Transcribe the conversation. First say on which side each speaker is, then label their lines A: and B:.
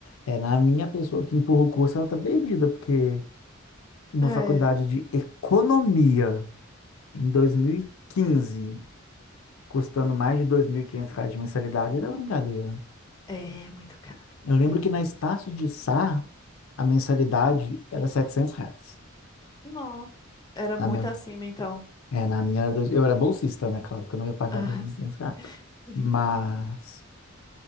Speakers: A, on the left (about 70°); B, on the left (about 20°).
A: É, na minha pessoa que empurra o curso, ela tá perdida, porque uma
B: É,
A: faculdade de economia em 2015, custando mais de 2.500 reais de mensalidade, era
B: Nu.
A: brincadeira.
B: é muito caro, muito
A: Eu lembro
B: caro.
A: que na Estácio de Sá, a mensalidade era 700 reais.
B: Não, era
A: Na
B: muito
A: minha,
B: acima, então.
A: é, na minha era dois- eu era bolsista, né? Claro que eu não ia pagar
B: Ah,
A: 2.500
B: <laughs>
A: reais.
B: sim.
A: Mas